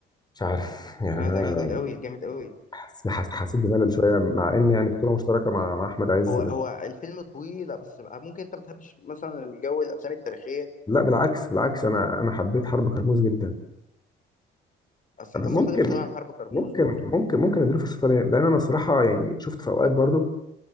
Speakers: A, on the left; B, on the left.
A: مش عارف <laughs> يعني
B: لا
A: انا
B: لا <laughs> جامد قوي جامد قوي
A: حس- حس- حسيت بملل شويه مع ان يعني بطوله مشتركه مع مع احمد عز
B: هو
A: بس
B: هو الفيلم طويل لا بس بقى ممكن انت ما بتحبش مثلا الجو الافلام التاريخيه
A: لا بالعكس بالعكس انا انا حبيت حرب كرموز جدا
B: اصلا
A: ممكن
B: ده مختلف شويه عن حرب كرموز
A: ممكن
B: برضو
A: ممكن ممكن اديله فرصه ثانيه لان انا صراحه يعني شفت في اوقات برضه